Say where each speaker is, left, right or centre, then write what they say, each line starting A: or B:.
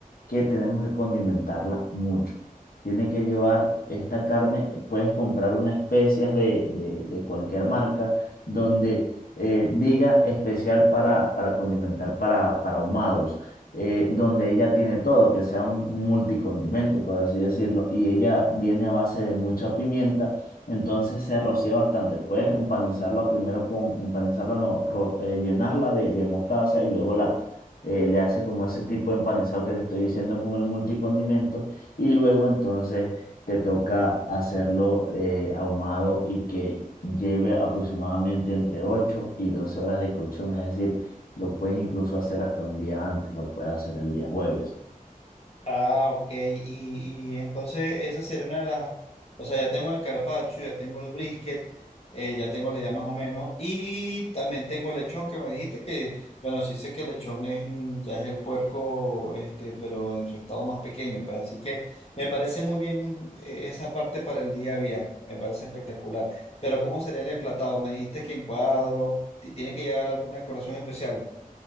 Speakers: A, on the left (about 85°); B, on the left (about 45°).
A: que tenemos que condimentarla mucho. Tiene que llevar esta carne, puedes comprar unas especias de, de- de cualquier marca donde eh, diga especial para, para condimentar para, para ahumados, eh, donde ella tiene todo, que sea un multicondimento, por así decirlo, y ella viene a base de mucha pimienta, entonces se rocía bastante. Puedes empanizarla primero con, empanizarla no, ro- eh, llenarla de, de mostaza y luego la eh, le haces como ese tipo de empanizado que te estoy diciendo con el multicondimento y luego entonces te toca hacerlo eh, ahumado y que lleve aproximadamente entre 8 y 12 horas de cocción, es decir, lo puedes incluso hacer hasta un día antes, lo puedes hacer el día jueves.
B: Ah, ok. Y, y entonces esa sería una de las... O sea, ya tengo el carpaccio, ya tengo el brisket, eh, ya tengo la idea más o menos. Y también tengo el lechón que me dijiste que, bueno, sí sé que el lechón es, un- ya es el puerco, este, pero en su estado más pequeño. Pues, así que me parece muy bien eh, esa parte para el día viernes. Me parece espectacular. Pero ¿cómo sería el emplatado? Me dijiste que en cuadro, ti- tiene que llegar alguna decoración especial.